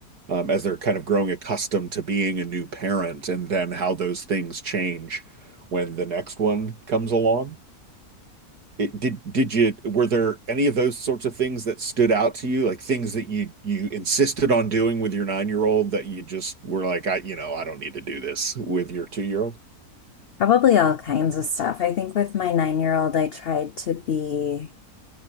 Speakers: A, on the right; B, on the left.
A: um, as they're kind of growing accustomed to being a new parent and then how those things change when the next one comes along it, did did you were there any of those sorts of things that stood out to you like things that you you insisted on doing with your nine-year-old that you just were like I you know I don't need to do this with your two-year-old
B: Probably all kinds of stuff. I think with my nine-year-old, I tried to be